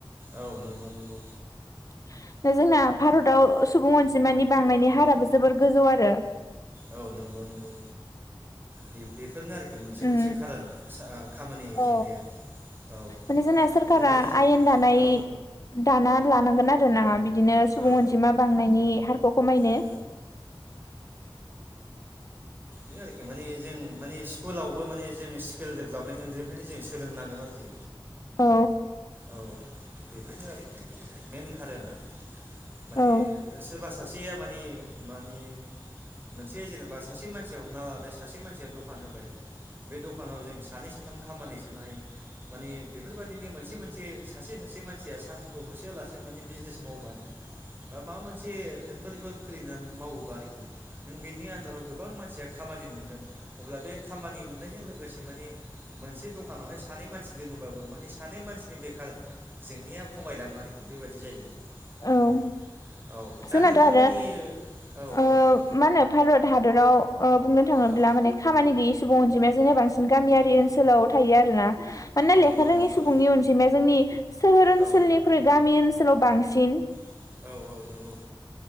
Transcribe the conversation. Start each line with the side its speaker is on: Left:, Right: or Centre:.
Right: औ नोंगौ नोंगौ
Left: <unintelligible> जोंना भारताव सुबुं अनजि जिमानि बांनायनि हाराबो जोबोर गोजौ आरो
Right: औ नोंगौ नोंगौ बिबिब फोरनो आरोखि मोनसे
Left: उम
Right: मोनसे खारोन सा आ खामानि
Left: औ
Right: जेंनाया औ
Left: माने जोंना सोरखारा
Right: लोगोसे जो
Left: आयेन दानाय
Right: औ
Left: दाना लानांगोन आरो ना बिद दिनो सुबुं
Right: औ
Left: अनजिमा बांनायनि हारखौ खमायनो।
Right: औ ए आरोखि माने जों माने स्कुलावबो माने जों स केल डेबलभमेन उन्दैनिफ्रायनो जों सोलोंनां गोन आरोखि।
Left: औ
Right: औ बेफोरनो आरोखि मेन कारोना। माने
Left: औ
Right: सोब बा सासेया माने मानि मोनसे जेनेबा सासे मानसिया हमना लादो सासे मानसिया दखान होबाय बे दखानाव जों सानै साथ थाम खामानि सोनो हायो। माने बेफोर बादिनो मोनसे मोनसे सासे सासे मानसिया साख्रिखौ होसो होया आलासे माने बिजनेस मावबानो ओ माबा मोनसे फेक्टरिफोर खुलिनो मावोबा आरोखि नों बेनि आन्दाराव गोबां मानसिया खामानि मोनगोन। अब्ला बे खामानि मोननायजों लोगोसे माने मोनसे दखानावहाय सानै मानसि दोनोबाबो माने सानै मानसिनि बेखार जेंनाया खमायलाङो आरोखि बेबादि जायो।
Left: औ
Right: <inaudible>
Left: औ जोंनाथ
Right: नोंथांमोननि
Left: आरो
Right: औ
Left: ओ ओ
Right: औ औ
Left: मा होनो भारत हादराव ओ बुंनो थाङोब्ला
Right: औ
Left: माने खामानि गैयि सुबुं अनजिमाया दिनो बांसिन गामियारि ओनसोलाव थायो आरोना। मानोना
Right: औ
Left: लेखा
Right: औ
Left: रोङि
Right: नंगौ
Left: सुबुंनि अनजिमाया जोंनि सोहोर ओनसोलनिख्रुइ
Right: औ
Left: गामि ओनस सोलाव बांसिन।
Right: <inaudible> नंगौ